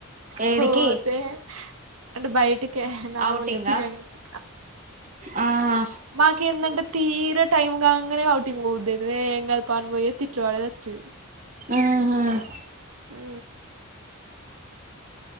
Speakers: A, on the right; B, on the right.
A: ఏడికి
B: పోతే అంటే బై నార్మల్
A: ఔటింగా
B: గ తిర్యాణికి
A: ఆహా
B: మాకేందంటే తీర టైం కాంగనే ఔటింగ్ పోబుద్దై ఏం గాద్ పాన్ బొయే తిట్లు పడేది వచ్చే
A: ఆహ
B: ఊ